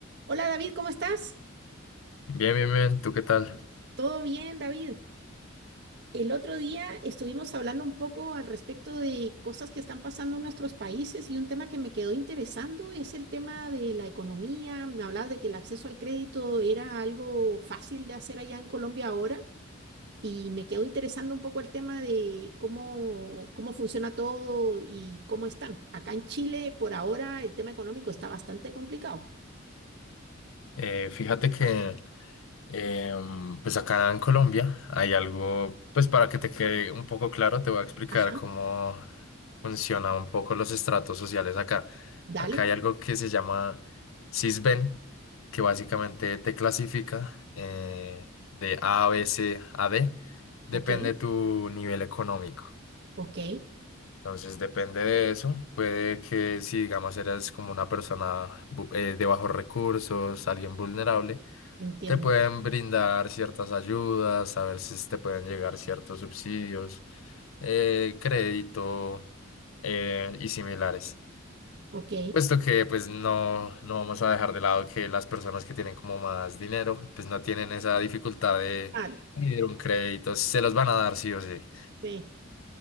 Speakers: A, on the right; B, on the left.
A: Hola David, ¿cómo estás?
B: Bien, bien, bien, ¿tú qué tal?
A: ¿Todo bien, David? El otro día estuvimos hablando un poco al respecto de cosas que están pasando en nuestros países y un tema que me quedó interesando es el tema de la economía. Me hablabas de que el acceso al crédito era algo fácil de hacer allá en Colombia ahora y me quedó interesando un poco el tema de cómo, cómo funciona todo y cómo están. Acá en Chile, por ahora, el tema económico está bastante complicado.
B: Eh, fíjate que em, pues acá en Colombia hay algo, pues para que te quede un poco claro, te voy a explicar
A: Ajá,
B: cómo funcionan un poco los estratos sociales acá.
A: dale,
B: Acá hay algo que se llama Sisbén, que básicamente te clasifica eh, de A, B, C, a D, depende
A: ok,
B: de tu nivel económico.
A: ok,
B: Entonces depende de eso. Puede que si digamos eres como una persona bu- eh, de bajos recursos, alguien vulnerable,
A: entiendo,
B: te pueden brindar ciertas ayudas, a ver si te pueden llegar ciertos subsidios, eh, crédito eh, y similares.
A: ok.
B: Puesto que pues no, no vamos a dejar de lado que las personas que tienen como más dinero, pues no tienen esa dificultad de
A: Ah,
B: pedir un crédito, se los van a dar sí o sí.
A: sí.